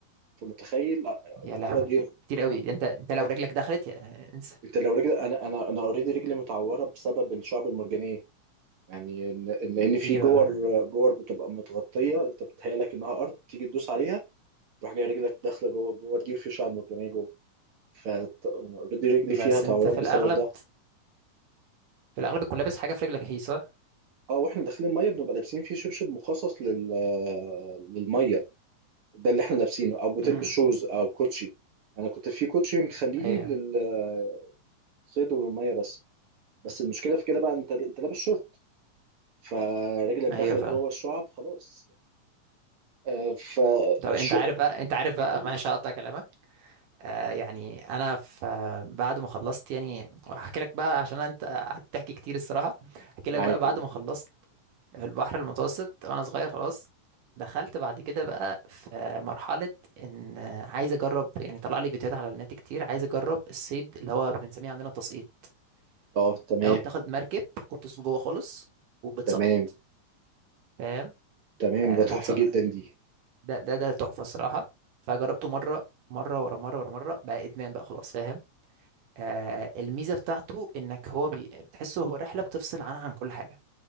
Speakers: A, on the right (about 55°); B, on the right (about 75°).
A: فمتخيل آه،
B: يا
A: الجورة
B: لهوي
A: دي
B: كتير قوي
A: عم-
B: ده انت انت لو رجلك دخلت يا انسى
A: أنت لو رجل أنا أنا أنا أوريدي رجلي متعورة بسبب الشعب المرجانية يعني إن- إن- لأن في
B: ايوه
A: جور جور بتبقى متغطية أنت بتهيألك إنها أرض تيجي تدوس عليها تروح جاي رجلك داخلة جوه الجور دي وفي شعب مرجانية جوه فاوريدي رجلي
B: بس
A: فيها تعورات
B: انت في
A: بسبب
B: الاغلب
A: ده
B: في الاغلب تكون لابس حاجه في رجلك هي صح
A: اه واحنا داخلين ميه بنبقى لابسين فيه شبشب مخصص لل للميه ده اللي احنا لابسينه او بتلبس
B: امم
A: شوز او كوتشي انا كنت في كوتشي مخليه
B: ايوه
A: للصيد والميه بس بس المشكله في كده بقى انت انت لابس شورت فرجلك دخلت
B: ايوه فعلا
A: جوه الشعب خلاص آه، ف
B: طب
A: الش-
B: انت عارف بقى انت عارف بقى
A: أقول
B: معلش هقطع كلامك آه يعني انا في بعد ما خلصت يعني هحكي لك بقى عشان انت قعدت تحكي كتير الصراحه هحكي
A: معاك
B: لك بقى بعد
A: قول
B: ما خلصت في البحر المتوسط وانا صغير خلاص دخلت بعد كده بقى في مرحلة ان عايز اجرب يعني طلع لي فيديوهات على النت كتير عايز اجرب الصيد اللي هو بنسميه عندنا التسقيط
A: اه تمام
B: اللي هو بتاخد مركب وبتدخل جوه خالص وبتسقط
A: تمام
B: فاهم
A: تمام
B: آه
A: ده
B: بتسقط
A: تحفه جدا دي
B: ده ده ده تحفة الصراحة فجربته مرة مرة ورا مرة ورا مرة بقى ادمان بقى خلاص فاهم آه الميزة بتاعته انك هو بي... بتحسه هو رحلة بتفصل عنها عن كل حاجة